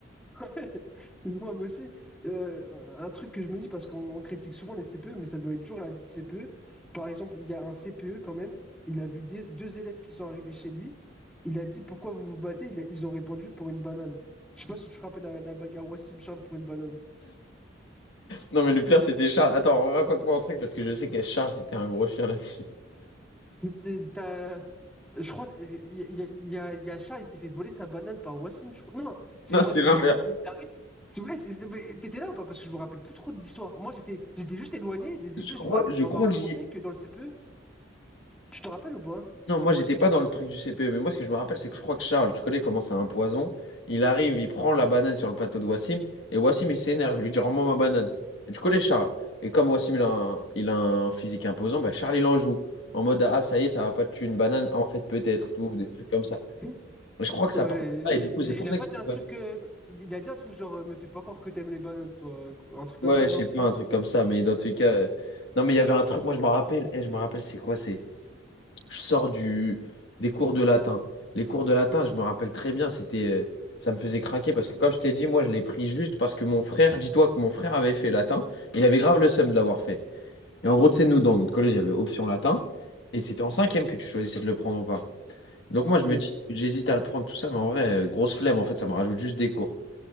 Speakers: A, in the centre; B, on the left.
A: Ouais, <laughs> moi moi aussi, euh, un truc que je me dis, parce qu'on critique souvent les CPE, mais ça doit être dur la vie de CPE. Par exemple, il y a un CPE quand même, il a vu des- deux élèves qui sont arrivés chez lui, il a dit pourquoi vous vous battez, Il a- ils ont répondu pour une banane. Je sais pas si tu te rappelles la, la bagarre Wassim Charles pour une banane.
B: Non, mais le pire, c'était Charles. Attends, raconte-moi un truc parce que je sais qu'à Charles, c'était un gros chien là-dessus. <laughs>
A: T'es- t'as- Je crois, il y, a- y a, y a Shah, il s'est fait voler sa banane par Wassim, je crois. Non, c'est
B: Non,
A: Wassim,
B: c'est l'inverse.
A: il, il arrive. C'est vrai, c'est- c'est- mais t'étais là ou pas? Parce que je me rappelle plus trop de l'histoire. Moi, j'étais, j'étais juste éloigné, je les
B: Je
A: ai vus
B: crois,
A: se battre
B: je
A: et
B: crois
A: on m'a raconté
B: que j'y.
A: que dans le CPE, tu te rappelles ou pas?
B: Non, moi, j'étais pas dans le truc du CPE, mais moi, ce que je me rappelle, c'est que je crois que Charles, tu connais comment c'est un poison. Il arrive, il prend la banane sur le plateau de Wassim, et Wassim, il s'énerve, il lui dit, Rends-moi ma banane. Et tu connais Charles. Et comme Wassim, il a un, il a un physique imposant, bah, Charles, il en joue. En mode, ah, ça y est, ça va pas te tuer une banane. En fait, peut-être, tout, des trucs comme ça.
A: Oui.
B: Mais je crois que ça
A: Ouais,
B: parle de ça, et du coup,
A: il,
B: c'est pour
A: il
B: ça
A: a pas
B: qu'ils
A: dit
B: se sont
A: un truc, euh, il a dit un truc genre, euh, me fais pas croire que t'aimes les bananes, toi, un truc comme
B: Ouais,
A: ça, non?
B: je sais pas, un truc comme ça, mais dans tous les cas. euh, Non, mais il y avait un truc, moi je me rappelle, et je me rappelle, c'est quoi? C'est. Je sors du... des cours de latin. Les cours de latin, je me rappelle très bien, c'était. euh, Ça me faisait craquer parce que, comme je t'ai dit, moi je l'ai pris juste parce que mon frère, dis-toi que mon frère avait fait latin, il avait grave le seum de l'avoir fait. Et en gros, tu sais, nous, dans notre collège, il y avait option latin, et c'était en cinquième que tu choisissais de le prendre ou pas. Donc moi,
A: Yes.
B: je me dis, j'hésite à le prendre, tout ça, mais en vrai, euh, grosse flemme, en fait, ça me rajoute juste des cours.